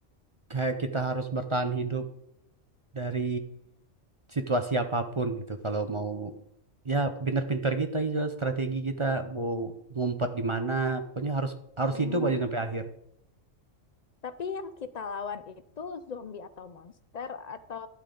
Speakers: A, on the right; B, on the left.
A: kayak kita harus bertahan hidup dari situasi apapun gitu. Kalau mau ya pinter-pinter kita juga strategi kita mau ngumpet di mana. Pokoknya harus harus
B: Hmm,
A: hidup aja sampai akhir.
B: tapi yang kita lawan itu zombie atau monster atau